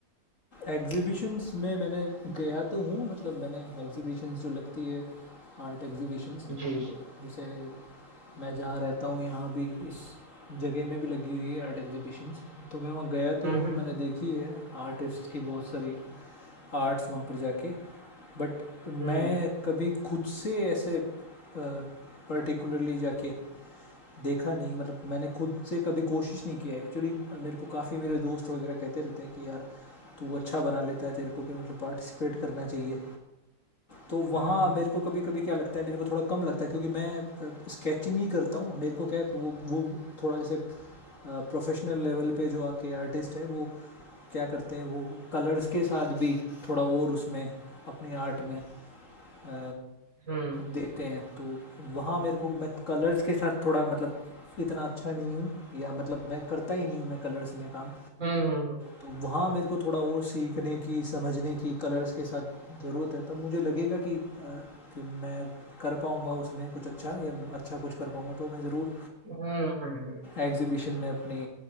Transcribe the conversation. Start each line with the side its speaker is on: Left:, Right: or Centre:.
Left: एग्जीबिशंस में मैंने गया तो हूँ मतलब मैंने एग्जीबिशंस जो लगती है आर्ट एग्जीबिशंस
Right: जी जी
Left: जैसे मैं जहाँ रहता हूँ यहाँ भी इस जगह में भी लगी हुई है आर्ट एग्जीबिशंस तो मैं वहाँ गया तो
Right: हम्म
Left: हूँ मैंने देखी है आर्टिस्ट की बहुत सारी आर्ट्स वहाँ पर जाके बट
Right: हम्म
Left: मैं कभी खुद से ऐसे पर्टिकुलरली जाके देखा नहीं मतलब मैंने खुद से कभी कोशिश नहीं किया एक्चुअली मेरे को काफ़ी मेरे दोस्त वगैरह कहते रहते हैं कि यार तू अच्छा बना लेता है तेरे को भी मतलब पार्टिसिपेट करना चाहिए तो वहाँ
Right: हम्म
Left: मेरे को कभी कभी क्या लगता है मेरे को थोड़ा कम लगता है क्योंकि मैं स्केचिंग ही करता हूँ मेरे को क्या है, वो वो थोड़ा जैसे प्रोफेशनल लेवल पे जो आके आर्टिस्ट हैं वो क्या करते हैं वो कलर्स के साथ भी थोड़ा और उसमें अपनी आर्ट में अ,
Right: हम्म
Left: देते हैं तो वहाँ मेरे को मैं कलर्स के साथ थोड़ा मतलब इतना अच्छा नहीं हूँ या मतलब मैं करता ही नहीं हूँ मैं कलर्स में काम
Right: हम्म
Left: तो वहाँ मेरे को थोड़ा और सीखने की समझने की कलर्स के साथ ज़रूरत है तब मुझे लगेगा कि अ, कि मैं कर पाऊँगा उसमें कुछ अच्छा या अच्छा कुछ कर पाऊँगा तो मैं ज़रूर
Right: हम्म हम्म हम्म
Left: एग्जीबिशन में अपनी